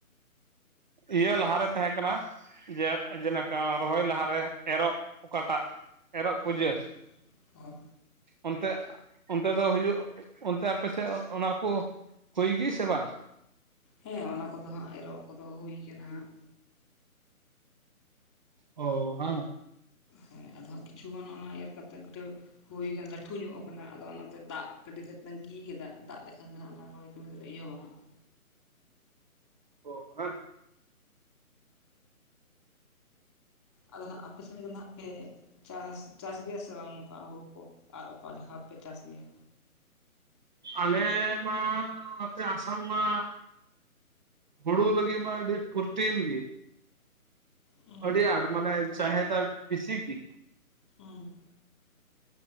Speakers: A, in the centre; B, on the left.
A: ᱤᱭᱟᱹ ᱞᱟᱦᱟᱨᱮ ᱛᱟᱦᱮᱸ ᱠᱟᱱᱟ᱾ ᱡᱮ ᱡᱮᱱᱟᱠᱟ ᱨᱚᱦᱚᱭ ᱞᱟᱦᱟᱨᱮ ᱮᱨᱚᱜ ᱚᱠᱟᱴᱟᱜ ᱮᱨᱚᱜ ᱯᱩᱡᱟᱹ᱾
B: ᱦᱳᱭ ᱦᱳᱭ
A: ᱚᱱᱛᱮ ᱚᱱᱛᱮ ᱫᱚ ᱦᱩᱭᱩᱜ ᱚᱱᱛᱮ ᱟᱯᱮᱥᱮᱜ ᱚᱱᱟ ᱠᱚ ᱦᱩᱭ ᱜᱤ ᱥᱮ ᱵᱟᱝ?
B: ᱦᱮᱸ ᱚᱱᱟ ᱠᱚᱫᱚ ᱦᱟᱸᱜ ᱮᱨᱚᱜ ᱠᱚᱫᱚ ᱦᱩᱭ ᱠᱟᱱᱟ ᱦᱟᱸᱜ᱾
A: ᱚ ᱦᱟᱝ
B: ᱦᱮᱸ ᱟᱫᱚ ᱦᱟᱸᱜ ᱠᱤᱷᱩ ᱜᱟᱱ ᱚᱱᱟ ᱮᱨ ᱠᱟᱛᱮᱫ ᱠᱟᱹᱴᱷᱟᱹ ᱦᱩᱭ ᱠᱟᱱᱟ ᱞᱟᱹᱴᱷᱩ ᱧᱚᱜ ᱟᱠᱟᱱᱟ ᱟᱫᱚ ᱚᱱᱟᱛᱮ ᱫᱟᱜ ᱠᱟᱹᱴᱤᱡ ᱞᱮ ᱛᱟᱺᱜᱤ ᱠᱟᱫᱟ ᱫᱟᱜ ᱞᱮᱠᱷᱟᱱ ᱚᱱᱟ ᱨᱚᱦᱚᱭ <unintelligible>
A: ᱚ ᱱᱟ
B: ᱟᱫᱚ ᱱᱟᱜ ᱟᱯᱮ ᱥᱮᱫ ᱫᱚ ᱱᱟᱜ ᱯᱮ ᱪᱟᱥ ᱪᱟᱥ ᱜᱮᱭᱟ ᱥᱮ ᱵᱟᱝ ᱱᱚᱝᱠᱟ ᱦᱩᱲᱩ ᱠᱚ ᱟᱨ ᱚᱠᱟ ᱡᱚᱠᱷᱟᱯᱮ ᱪᱟᱥ ᱜᱮᱭᱟ?
A: ᱟᱞᱮ ᱢᱟ ᱱᱚᱛᱮ ᱟᱥᱟᱢ ᱢᱟ ᱦᱩᱲᱩ ᱞᱟᱹᱜᱤᱜ ᱢᱟ ᱟᱹᱰᱤ ᱯᱨᱚᱴᱤᱱ ᱜᱮ᱾
B: ᱦᱩᱸ
A: ᱟᱹᱰᱤ ᱟᱸᱴ ᱢᱟᱱᱮ ᱪᱟᱦᱮᱫᱟ ᱵᱤᱥᱤ ᱜᱤ᱾
B: ᱩᱸ